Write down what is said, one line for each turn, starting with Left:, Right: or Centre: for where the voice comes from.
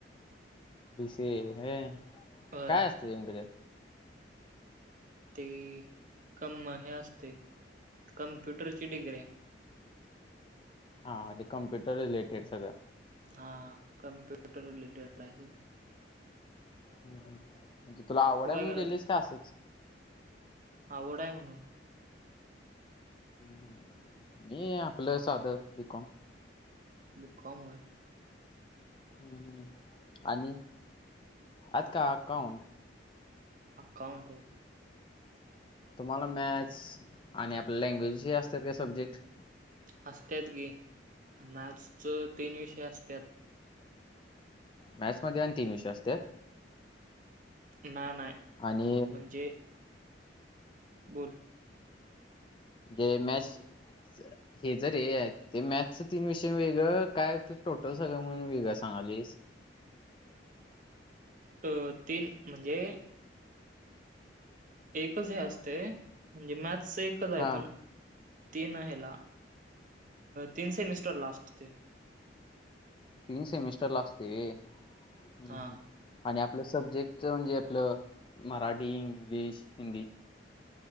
Left: बी. स. ए व्हय
Right: अ
Left: काय असते नेमकं तेच्यात?
Right: ते कम हे असतंय, कमप्युटरची डिग्री आहे.
Left: हां.. म्हणजे, कम्प्युटर रिलेटेड सगळं.
Right: हा.. कमप्युटर रिलेटेड आहे.
Left: ह.. म्हणजे? तुला आवड
Right: तू
Left: आहे
Right: काय
Left: म्हणून
Right: करायल
Left: केलीस का असंच.
Right: आवड आहे. म्हणून
Left: ह् मी आपलं साधं बि. कॉम.
Right: बी. कॉम व्हय.
Left: ह्... ह.. आणि आ.. का अकाउंट.
Right: अकाउंट.
Left: तुम्हाला, मॅथ्स आणि आपल्या लँग्वेज हे असत्यात काय सब्जेक्ट?
Right: असत्यात की, मॅथ्सच तीन विषय असत्यात.
Left: मॅथ्स मध्ये आणि तीन विषय असत्यात.
Right: नाही.. नाही.
Left: आणि....
Right: म्हणजे बोल...
Left: तेम मॅथ्स हेच रे ते मॅथ्स च तीन विषय वेगळं. काय तू, टोटल सगळं म्हणून वेगळं सांगालीस.
Right: अ... तीन म्हणजे एकच हे असते. म्हणजे? मॅथ्स एक आहे.
Left: हा.
Right: पण तीन ह्याला तीन सेमिस्टर ला असतय.
Left: तीन सेमिस्टर ला असतंय व्हय. हम्म...
Right: हा
Left: हम्म.... आणि आपलं सब्जेक्ट च म्हणजे? आपलं मराठी, इंग्लिश, हिंदी.